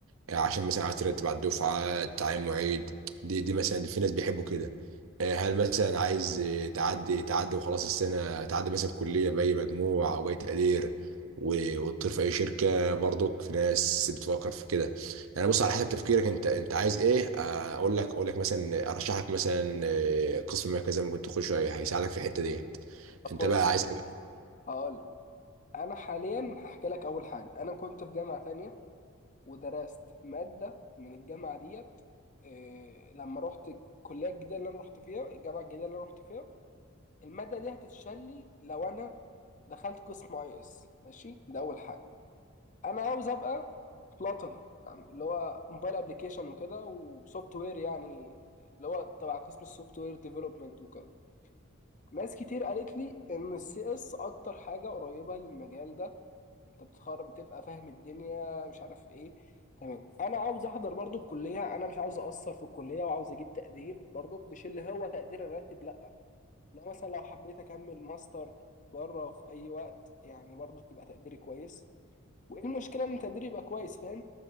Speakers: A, on the right; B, on the left.
A: آه، عشان مثلا عايز ترتب على الدفعه تعين معيد دي دي مثلا في ناس بيحبوا كده آه، هل مثلا عايز آه، تعدي تعدي وخلاص السنه تعدي مثلا كليه باي مجموع او باي تقدير و- وتطير في اي شركه برضك في ناس بتفكر في كده يعني بص على حسب تفكيرك انت انت عايز ايه آه، اقول لك اقول لك مثلا ارشح لك مثلا آه، قسم ما كذا ممكن تخشه هي- هيساعدك في الحته ديت
B: طب
A: انت
B: بص
A: بقى عايز ايه
B: هقول لك انا حاليا هحكي لك اول حاجه انا كنت في جامعه تانية ودرست ماده من الجامعه ديت إيه لما رحت الكليه الجديده اللي انا رحت فيها الجامعه الجديده اللي انا رحت فيها الماده دي هتتشال لي لو انا دخلت قسم اي اس ماشي ده اول حاجه انا عاوز ابقى فلاتر يعني اللي هو موبايل ابلكيشن وكده وسوفت وير يعني اللي هو تبع قسم السوفت وير ديفلوبمنت وكده ناس كتير قالت لي ان السي اس اكتر حاجه قريبه للمجال ده انت بتتخرج بتبقى فاهم الدنيا مش عارف ايه تمام انا عاوز احضر برضو الكليه انا مش عاوز اقصر في الكليه وعاوز اجيب تقدير برضو مش اللي هو تقدير الراتب لا لا مثلا لو حبيت اكمل ماستر بره في اي وقت يعني برضو تبقى تقديري كويس وايه المشكله ان تقديري يبقى كويس فاهم